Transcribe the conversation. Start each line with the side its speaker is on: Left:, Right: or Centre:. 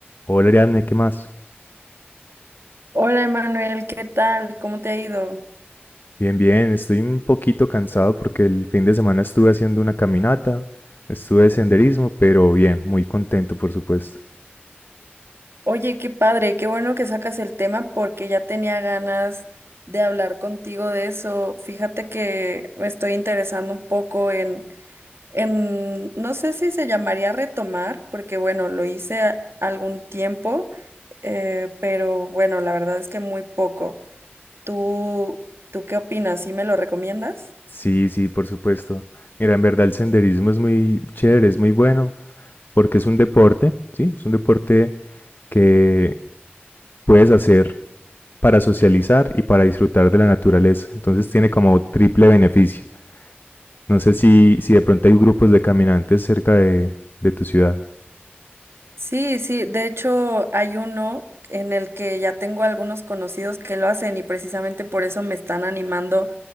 Left: Hola Ariadne, ¿qué más?
Right: Hola Emanuel, ¿qué tal? ¿Cómo te ha ido?
Left: Bien, bien, estoy un poquito cansado porque el fin de semana estuve haciendo una caminata, estuve de senderismo, pero bien, muy contento, por supuesto.
Right: Oye, qué padre, qué bueno que sacas el tema porque ya tenía ganas de hablar contigo de eso. Fíjate que me estoy interesando un poco en, en, no sé si se llamaría retomar, porque bueno, lo hice a- algún tiempo, eh, pero bueno, la verdad es que muy poco. ¿Tú, tú qué opinas? ¿Sí me lo recomiendas?
Left: Sí, sí, por supuesto. Mira, en verdad el senderismo es muy chévere, es muy bueno, porque es un deporte, ¿sí? Es un deporte que puedes hacer para socializar y para disfrutar de la naturaleza. Entonces tiene como triple beneficio. No sé si, si de pronto hay grupos de caminantes cerca de, de tu ciudad.
Right: Sí, sí, de hecho hay uno en el que ya tengo algunos conocidos que lo hacen y precisamente por eso me están animando